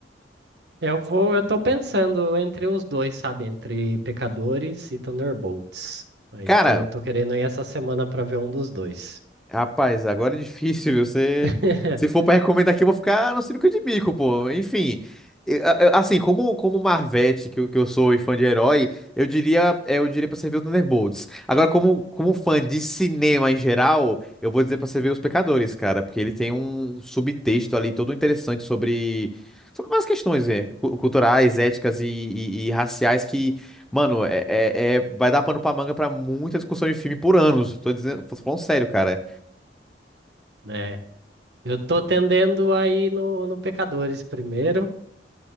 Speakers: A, on the right; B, in the centre.
A: Eu vou, eu tô pensando entre os dois, sabe? Entre Pecadores e Thunderbolts. Aí
B: Cara,
A: tô, tô querendo ir essa semana para ver um dos dois.
B: Rapaz, agora é difícil, viu? Você...
A: <laughs>
B: Se for pra recomendar aqui, eu vou ficar no sinuca de bico, pô. Enfim, eu- eu- assim, como, como Marvete, que, eu- que eu sou e fã de herói, eu diria, é, eu diria pra você ver o Thunderbolts. Agora, como, como fã de cinema em geral, eu vou dizer pra você ver Os Pecadores, cara, porque ele tem um subtexto ali todo interessante sobre, sobre várias questões, né? cu- Culturais, éticas e, e- e raciais que, mano, é, é- é- vai dar pano pra manga pra muita discussão de filme por anos. Tô dizendo, tô falando sério, cara.
A: né? Eu tô tendendo aí no, no Pecadores primeiro,